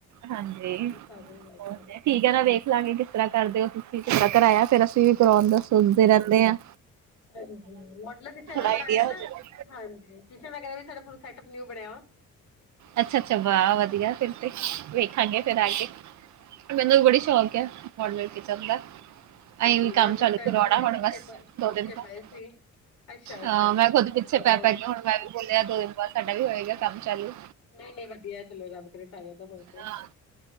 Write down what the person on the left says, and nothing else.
ਸਾਰਿਆਂ ਨੂੰ ਲੈ
ਕੇ ਆਵਾਂਗੇ।
ਹਾਂਜੀ ਮੋਡਲਰ ਕਿਚਨ ਵੀ
ਬਨਾਏਆ ਨਾ,
ਹਾਂਜੀ। ਸੀ਼ਸੇ਼ ਵਗੇਰਾ ਵੀ ਪੂਰਾ ਸੈਟਅਪ ਨਿਉ ਬਨਆ ਵਾ।
ਹਾਂਜੀ
ਮੈਂ
ਬਹੁਤ
ਟਾਈਮ
ਤੋਂ ਅਸੀਂ
ਪਿੱਛੇ
ਪ
ਪਿੱਛੇ
ਪਏ ਸੀ। ਅੱਛਾ-ਅੱਛਾ
ਚਲੋ
ਨਈ-ਨਈ ਵਧੀਆ ਚਲੋ ਰੱਬ ਕਰੇ ਸਾਰੇਆਂ ਦਾ ਹੋਵੇ,